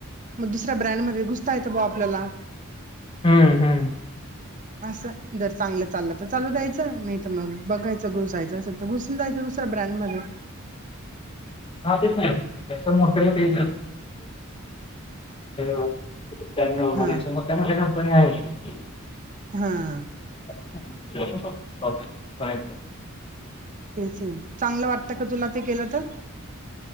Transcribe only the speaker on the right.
म दुसऱ्या ब्रँड मध्ये घुसता येतं बा आपल्याला.
असं, जर चांगलं चाललं तर चालू द्यायचं, नाही त मग बघायचं घुसायचं असेल त, घुसून जायच दुसऱ्या ब्रँड मध्ये.
हा
ह.
तेचे, चांगलं वाटतं का तुला ते केलं त?